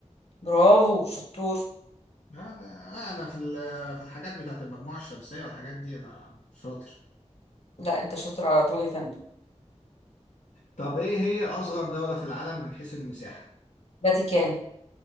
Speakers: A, on the left (about 60°); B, on the left (about 80°).
A: برافو شطور
B: لا، لا، انا في ال- في الحاجات بتاعت المجموعه الشمسيه والحاجات دي انا شاطر
A: لا انت شاطر على طول يا فندم
B: طب ايه هي اصغر دوله في العالم من حيث المساحه
A: فاتيكان